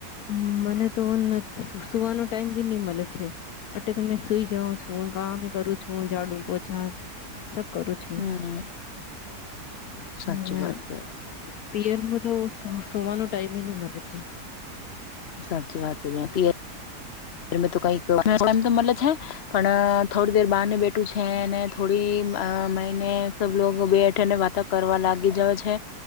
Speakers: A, on the left; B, on the left.
A: હમ્મ મને તો નથ સુ સુવાનો ટાઈમ બી નહી મળે છે એટલે તમે સુઈ જઓ છું કામા બી કરું છું જાડું પોછા સબ કરું છું
B: હમ સાચી
A: હું ના
B: વાત હે
A: પીયરમ તો સુ સુવાનો ટાઈમ ઈ નહી મલે છે.
B: સાચી વાત <unintelligible> મે તો કઈક <unintelligible> તો મલે છે પણ થોડી દેર બારને બેઠું છે ને થોડી મ અહ મહિને સબ લોગ બે હઠેરને વાતો કરવા લાગી જવે છે